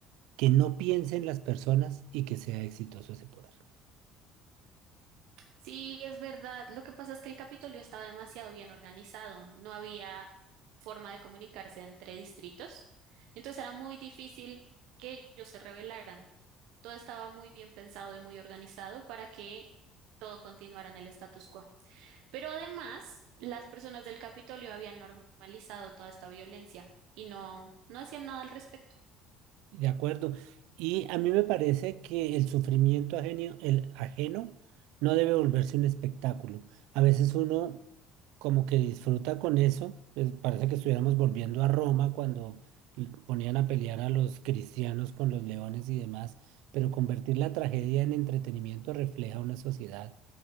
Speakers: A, on the right; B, on the right.
A: que no piense en las personas y que sea exitoso ese poder.
B: Sí, es verdad. Lo que pasa es que el Capitolio estaba demasiado bien organizado. No había forma de comunicarse entre distritos. Entonces era muy difícil que ellos se rebelaran. Todo estaba muy bien pensado y muy organizado para que todo continuara en el status quo. Pero además, las personas del Capitolio habían normalizado toda esta violencia y no, no hacían nada al respecto.
A: De acuerdo. Y a mí me parece que el sufrimiento ajeno, el ajeno no debe volverse un espectáculo. A veces uno como que disfruta con eso. pues, parece que estuviéramos volviendo a Roma cuando l- ponían a pelear a los cristianos con los leones y demás. Pero convertir la tragedia en entretenimiento refleja una sociedad